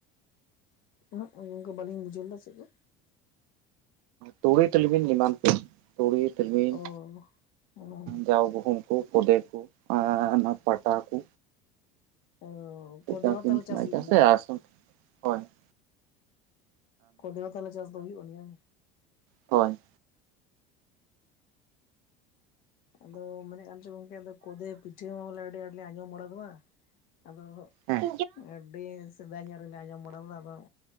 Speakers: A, on the left; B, on the right.
A: ᱱᱷᱟᱜ ᱱᱚᱝᱠᱟ ᱵᱟᱞᱤᱧ ᱵᱩᱡᱷᱟᱹᱣ ᱞᱮᱫᱟ ᱪᱮᱫ ᱜᱮ?
B: ᱛᱩᱲᱤ ᱛᱤᱞᱢᱤᱧ ᱮᱢᱟᱱ ᱛᱮ ᱛᱩᱲᱤ ᱛᱤᱞᱢᱤᱧ
A: ᱚ ᱚ
B: ᱡᱟᱣ ᱜᱩᱦᱩᱢ ᱠᱚ ᱯᱚᱫᱮ ᱠᱚ ᱟᱨ ᱚᱱᱟ ᱯᱟᱴᱟ ᱠᱚ
A: ᱚ ᱠᱚ
B: ᱪᱟᱥ
A: ᱫᱮᱣᱛᱟᱞ
B: ᱫᱤᱱ
A: ᱦᱩᱭᱩᱜ
B: ᱠᱟᱱᱟ
A: ᱠᱟᱱ
B: ᱥᱮ
A: ᱜᱮᱭᱟ
B: ᱦᱚᱭ <inaudible>
A: ᱠᱚᱫᱮ ᱦᱚᱸ ᱛᱟᱞᱦᱮ ᱪᱟᱥ ᱫᱚ ᱦᱩᱭᱩᱜ ᱠᱟᱱ ᱜᱮᱭᱟ?
B: ᱦᱳᱭ
A: ᱩᱸ ᱟᱫᱚ ᱢᱮᱱᱮᱫ ᱠᱟᱱ ᱪᱚᱧ ᱜᱚᱝᱠᱮ ᱟᱫᱚ ᱠᱚᱫᱮ ᱯᱤᱪ ᱵᱚᱞᱮ ᱟᱹᱰᱤ ᱟᱸᱴᱞᱮ ᱟᱸᱡᱚᱢ ᱵᱟᱲᱟ ᱠᱟᱫᱟ ᱟᱫᱚ
B: ᱦᱮᱸ
A: ᱮᱸ ᱟᱹᱰᱤ ᱥᱮᱫᱟᱭ ᱧᱚᱜ ᱨᱮᱞᱮ ᱟᱸᱡᱚᱢ ᱵᱟᱲᱟ ᱣᱟᱠᱟᱫ